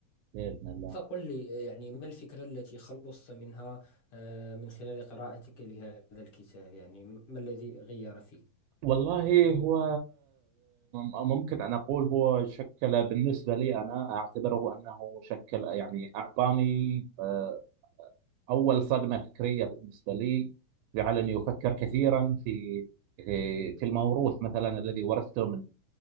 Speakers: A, on the right (about 80°); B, on the left (about 55°).
A: بإذن الله
B: فقل لي يعني ما الفكرة التي خلصت منها آه، من خلال قراءتك لهذا الكتاب يعني ما الذي غير فيك
A: والله هو آه، ممكن أن أقول هو شكل بالنسبة لي أنا أعتبره أنه شكل يعني أعطاني آه، أول صدمة فكرية بالنسبة لي جعلني أفكر كثيرا في في الموروث مثلا الذي ورثته من